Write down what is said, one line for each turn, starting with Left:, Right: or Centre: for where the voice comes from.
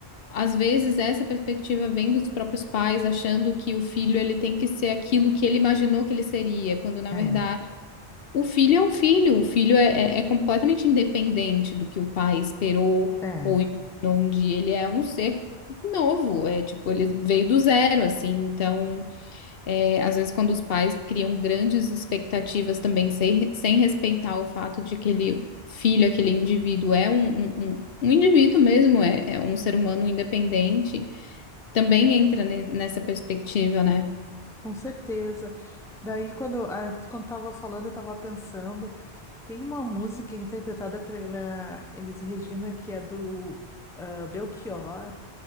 Left: às vezes, essa perspectiva vem dos próprios pais, achando que o filho, ele tem que ser aquilo que ele imaginou que ele seria, quando, na
Centre: é,
Left: verdade, o filho é um filho, o filho é, é- é completamente independente do que o pai esperou
Centre: é,
Left: ou imaginou um dia, ele é um ser novo, é tipo, ele veio do zero, assim, então... É, às vezes, quando os pais criam grandes expectativas também, sem, sem respeitar o fato de aquele filho, aquele indivíduo é um, um, um- um indivíduo mesmo, é, é um ser humano independente, também entra ne- nessa perspectiva, né?
Centre: com certeza. Daí, quando, a, quando tava falando, eu tava pensando. Tem uma música interpretada pela Elis Regina, que é do ah, Belchior,